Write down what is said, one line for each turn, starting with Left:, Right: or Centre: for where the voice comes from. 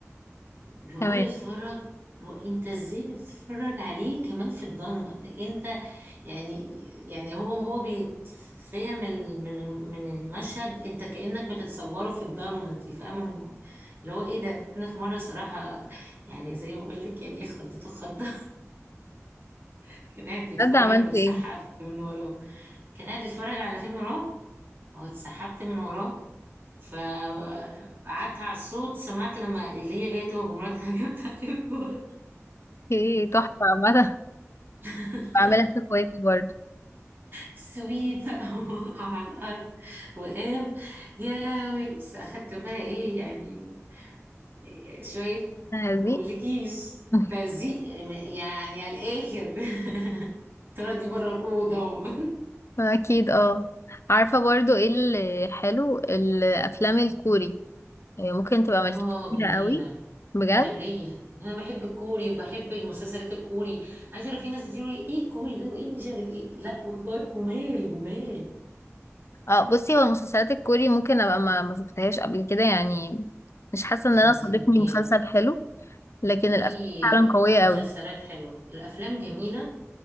Right: يقعد
Left: تمام
Right: يتفرج هو انت ازاي بتتفرج عليه كمان في الضلمه ده انت يعني يعني هو هو بيتفهم ال- من ال- من المشهد انت كانك بتتصوره في الضلمه انت فاهمه الم- اللي هو ايه ده انا في مره صراحه يعني زي ما بقول لك يعني خضته خضه <laughs> كان قاعد بيتفرج
Left: بجد عملت
Right: واتسحبت
Left: ايه
Right: من وراه كان قاعد بيتفرج على فيلم رعب واتسحبت من وراه فقعدت على الصوت سمعت لما اللي هي جايه تهجم مراتها جت عليه من ورا
Left: ايه تحفة عامة <laughs>
Right: <laughs>
Left: بعملها في اخواتي برضو
Right: سويت بقى <laughs> وقع على الأرض وقام يا لهوي بس أخدت بقى إيه يعني إيه شوية
Left: هذه
Right: مقولكيش
Left: <laughs>
Right: تزيق م- يعني على الآخر <laughs> تردي بره الأوضة و...
Left: اكيد اه عارفة برضو ايه اللي حلو الافلام الكوري إيه، ممكن تبقى
Right: اه
Left: ملكتش كتيرة
Right: جميلة
Left: قوي بجد
Right: لا ليا انا بحب الكوري وبحب المسلسلات الكوري عايزه اعرف في ناس كتير يقولوا ايه الكوري ده وايه مش عارف ايه لا والله جمال جمال
Left: اه بصي هو المسلسلات الكوري ممكن ابقى ما ما شفتهاش قبل كده يعني مش حاسة ان
Right: لا
Left: انا
Right: دي
Left: صادفني
Right: جميلة
Left: مسلسل حلو لكن
Right: في
Left: الافلام فعلا قوية
Right: مسلسلات
Left: قوي
Right: حلوة الافلام جميلة